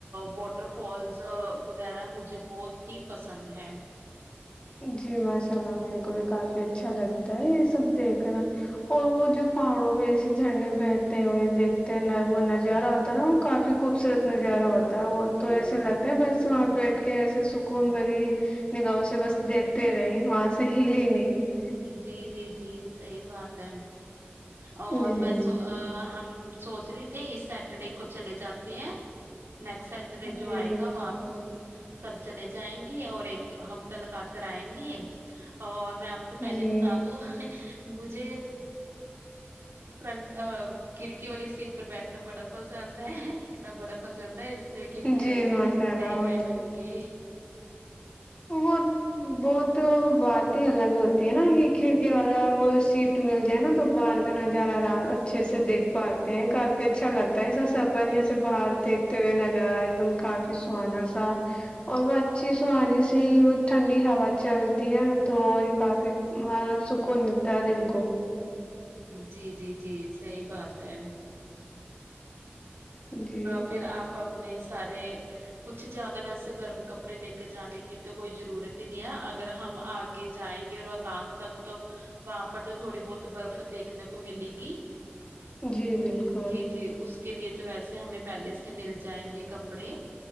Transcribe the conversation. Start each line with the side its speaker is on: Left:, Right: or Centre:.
Right: واٹر فالز وغیرہ مجھے بہت ہی پسند ہے <unintelligible>
Left: جی ماشاء اللہ <unintelligible> بھی کافی اچھا لگتا ہے یہ سب دیکھنا اور وہ جو پہاڑوں پہ ایسے جھرنے بہتے ہوئے دیکھتے ہیں وہ نظارہ ہوتا ہے نا وہ کافی خوبصورت نظارہ ہوتا ہے وہ تو ایسے لگتا ہے بس وہاں پہ بیٹھ کے ایسے سکون بھری نگاہ سے بس دیکھتے رہے وہاں سے ہیلی نہیں <unintelligible>
Right: جی جی جی صحی بات ہے اور
Left: جی
Right: میں سو ہم <unintelligible> سوچ رہے تھے اس سیٹرڈے کو چلے جاتے ہیں <unintelligible> نیکسٹ سٹرڈے
Left: جی
Right: جو آئے
Left: بالکل
Right: گا وہ آپ <unintelligible> تب چلے جائیں گی اور ایک ہفتہ لگا کر آئیں گی اور میں کو پہلے
Left: جی
Right: بتا دو مجھے فرنٹ کھڑکی والی سیٹ پر بیٹھنا بڑا پسند ہے دکھنا بڑا پسند ہے اس لے کڑکی
Left: جی
Right: والی چ
Left: ماشاء
Right: کے پ
Left: اللہ
Right: میں بھی ہٹوں گی
Left: وہ وہ تو بات ہی الگ ہوتی ہے نا کہ کھڑکی والا وہ سیٹ مل جائے نا تو باہر جنا جا رہا رہا اچھے سے دیکھ سچ <inaudible> کافی اچھا لگتا ہےسا سفر یہے باہر دیکھتےئے ن جا رہا ایک دم ک <inaudible> ف سہانا سا اور ب <inaudible> اچی سونی <inaudible> وہ ٹھنڈی ہوا چلتی ہے نا تو اور یہ کافی مطلب سکون ملتا ہے دل کو
Right: جی جی جی صحی بات ہے
Left: جی
Right: پھر آپ اپنے سارے کچھ زیادہ ویسے گرم کپڑے لے کے جانے کی تو کوئی ضرورت ہی نہیں ہے اگر ہم آگے جائیں گے روہتانگ تک تو وہاں پر تو تھوڑی بہت برف دیکھنے کو ملے گی
Left: جی بالکل
Right: جی جی اس کے لیے تو ویسے ہمیں پہلے سے مل جائیں گے کپڑے